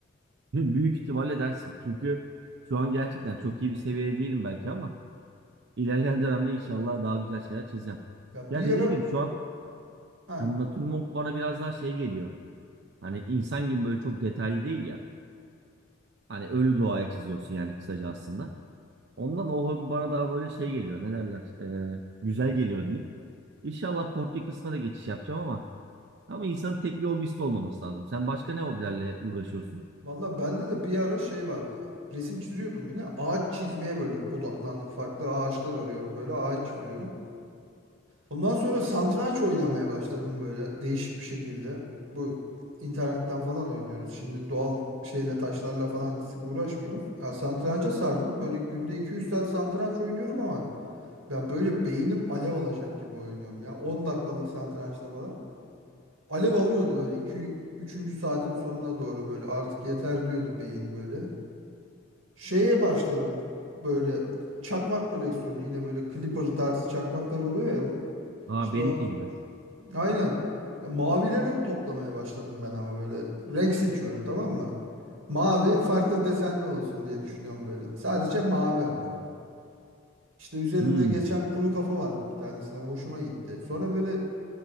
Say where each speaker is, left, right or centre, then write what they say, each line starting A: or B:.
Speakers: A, on the right (about 55°); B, on the right (about 80°).
A: Ve Büyük ihtimalle dersin. Çünkü şu an gerçekten çok iyi bir seviyede değilim belki ama ilerleyen dönemde inşallah daha güzel şeyler çizeceğim.
B: Ya
A: Ya
B: bir
A: dediğim
B: ara
A: gibi şu an
B: ha
A: hani natürmort bana biraz daha şey geliyor. Hani insan gibi böyle çok detaylı değil ya. Hani ölü doğaya çiziyorsun yani kısaca aslında. Ondan o hobi bana daha böyle şey geliyor. Ne derler? Ee, güzel geliyor diyeyim. İnşallah portre kısmına da geçiş yapacağım ama ama insanın tek bir hobisi de olmaması lazım. Sen başka ne hobilerle uğraşıyorsun?
B: valla bende de bir ara şey vardı. Resim çiziyordum yine. Ağaç çizmeye böyle odaklandım. Farklı ağaçlar arıyorum böyle ağaç çiziyorum. Ondan sonra satranç oynamaya başladım böyle değişik bir şekilde. Bu internetten falan oynuyoruz. Şimdi doğal şeyle taşlarla falan dizip uğraşmıyoruz. Ya satranca sardım. Böyle günde iki üç saat satranç oynuyorum ama ya böyle beynim alev alacak gibi oynuyorum ya. 10 dakikalık satrançta falan. Alev alıyordu böyle 2 üçüncü saatin sonuna doğru böyle artık yeter diyordu beyin böyle. Şeye başladım böyle çakmak koleksiyonu yine böyle Clipper tarzı çakmaklar oluyor ya.
A: Aa
B: İşte
A: benimki
B: o
A: gibi.
B: Aynen. Ya mavileri de toplamaya başladım ben ama böyle renk seçiyorum tamam mı? Mavi farklı desenli olsun diye düşünüyorum böyle. Sadece mavi ama. İşte üzerinde
A: Hmm,
B: geçen kuru kafa vardı bir tanesine hoşuma gitti. Sonra böyle